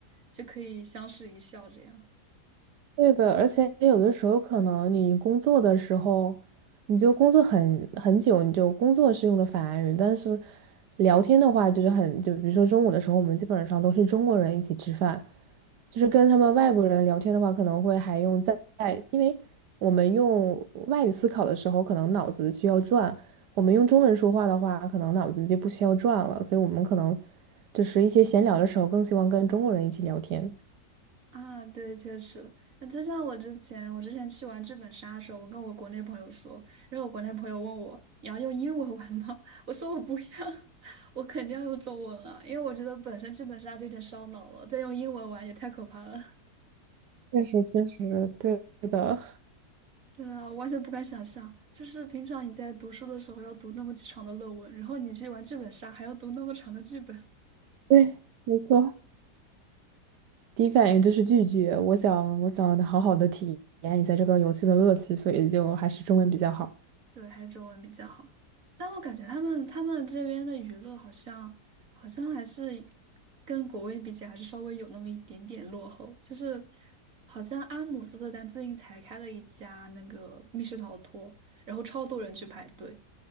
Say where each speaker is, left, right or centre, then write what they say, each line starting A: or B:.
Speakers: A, on the right (about 55°); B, on the right (about 90°).
A: 就可以相视一笑这样。
B: 对的，而且有的时候可能你工作的时候，你就工作很很久，你就工作是用的法语，但是聊天的话就是很，就比如说中午的时候，我们基本上都是中国人一起吃饭，就是跟他们外国人聊天的话，可能会还用在，因为我们用外语思考的时候，可能脑子需要转，我们用中文说话的话，可能脑子就不需要转了，所以我们可能就是一些闲聊的时候，更希望跟中国人一起聊天。
A: 啊，对，确实，那就像我之前，我之前去玩剧本杀的时候，我跟我国内朋友说，然后我国内朋友问我，你要用英文玩吗？<laughs> 我说我不要，<laughs> 我肯定要用中文啊，因为我觉得本身剧本杀就有点烧脑了，再用英文玩也太可怕了。
B: 确实，确实，对的。
A: 对啊，我完全不敢想象，就是平常你在读书的时候要读那么长的论文，然后你去玩剧本杀还要读那么长的剧本。
B: 对，没错。第一反应就是拒绝。我想，我想好好的体验一下这个游戏的乐趣，所以就还是中文比较好。
A: 对，还是中文比较好。但我感觉他们他们这边的娱乐好像好像还是跟国内比起来还是稍微有那么一点点落后，就是好像阿姆斯特丹最近才开了一家那个密室逃脱，然后超多人去排队，